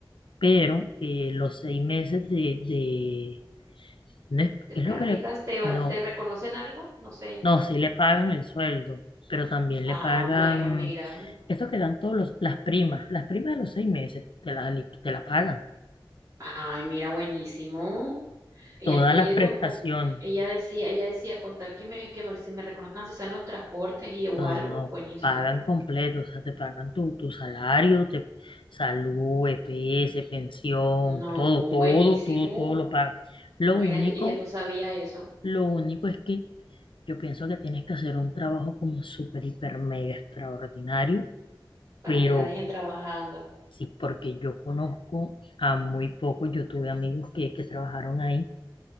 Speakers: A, on the left (about 75°); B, on the right (about 40°).
A: pero eh, los seis meses de, de no es,
B: ¿Te
A: ¿qué
B: prácticas?
A: es lo que le,
B: ¿Te va,
A: no,
B: te reconocen algo? No sé.
A: no, sí le pagan el sueldo, pero también le
B: Ah,
A: pagan
B: bueno, mira.
A: esto que dan todos los, las primas, las primas de los seis meses, te las li- te la pagan,
B: Ay, mira, buenísimo. Ella
A: todas
B: que
A: las
B: ella dijo
A: prestaciones,
B: con ella decía, ella decía, con tal que me, que me- si me reconozcan si están los transportes y o
A: no,
B: algo,
A: no, no,
B: buenísimo.
A: pagan completo, o sea, te pagan tu, tu salario, te, salud, EPS, pensión,
B: No,
A: todo, todo,
B: buenísimo.
A: todo, todo lo pagan. Lo
B: No,
A: único,
B: ella, ella no sabía eso,
A: lo único es que Yo pienso que tienes que hacer un trabajo como súper, hiper, mega extraordinario,
B: para
A: pero
B: que la dejen trabajando.
A: sí, porque yo conozco a muy pocos, yo tuve amigos que, que trabajaron ahí,